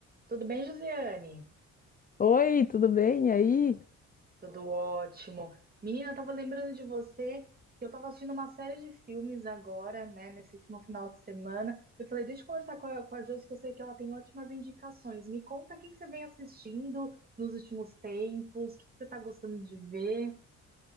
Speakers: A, on the right; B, on the left.
A: Tudo bem, Josiane?
B: Oi, tudo bem? E aí?
A: Tudo ótimo. Menina, eu tava lembrando de você que eu tava assistindo uma série de filmes agora, né, nesse último final de semana. Eu falei, deixa eu conversar com a, com a Josi, que eu sei que ela tem ótimas indicações. Me conta o que que você vem assistindo nos últimos tempos, o que que você tá gostando de ver?